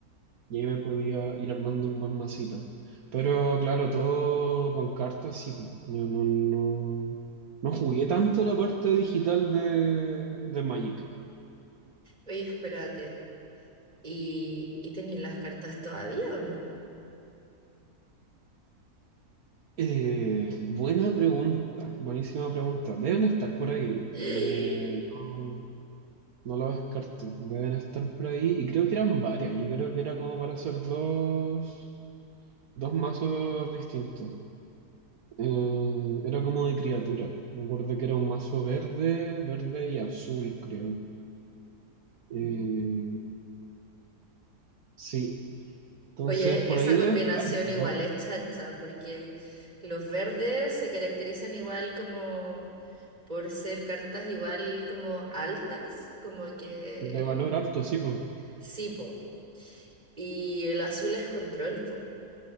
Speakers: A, on the right; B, on the right.
A: y ahí me podía ir armando un buen masito. Pero claro, todo con cartas, sí, pues. Yo no, no, no jugué tanto la parte digital de, de Magic.
B: Oye, espérate. ¿Y, y tenías las cartas todavía o no?
A: Eh, buena pregunta, buenísima pregunta. Deben estar por ahí.
B: <gasps>
A: Eh, no- No lo descarto, deben estar por ahí. Y creo que eran varias, yo creo que era como para hacer dos, dos mazos distintos. Eh, era como de criatura. Me acuerdo que era un mazo verde, verde y azul, creo.
B: Mm.
A: Eh, sí, entonces
B: Oye,
A: por
B: esa
A: ahí
B: combinación
A: debe estar,
B: igual
A: ¿no?
B: es chancha, porque los verdes se caracterizan igual como por ser cartas igual como altas, como que
A: De valor alto, sí, pues.
B: Sí, po. Y el azul es control, po.